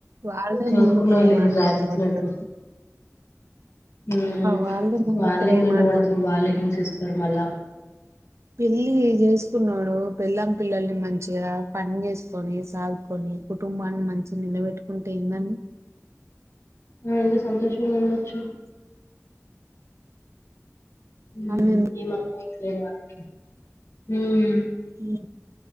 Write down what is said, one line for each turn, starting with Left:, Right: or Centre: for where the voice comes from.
Right: వళ్దే
Left: చేసుకున్న
Right: ముందు ప్రేమాని
Left: వాళ్ళు ఏదో దారిచ్చినట్టు
Right: వెంట బడుతరు
Left: ఉమ్
Right: వాళ్ళదే ముందు
Left: వాళ్ళే
Right: ప్రేమ
Left: మెంట పడతరు
Right: అని
Left: వాళ్లే హింసిస్తరు మళ్ళా
Right: పెళ్లీ జేసుకున్నాడు పెళ్లాం పిల్లల్ని మంచిగా పన్జేసుకొని సా కొని కుటుంబాన్ని మంచి నిలబెట్టుకుంటే ఏందని
Left: ఆ ఎంత సంతోషంగుండొచ్చు ఉమ్
Right: అని
Left: ఏం అర్థమైతే లేదు వానికి ఉమ్మ్
Right: ఊ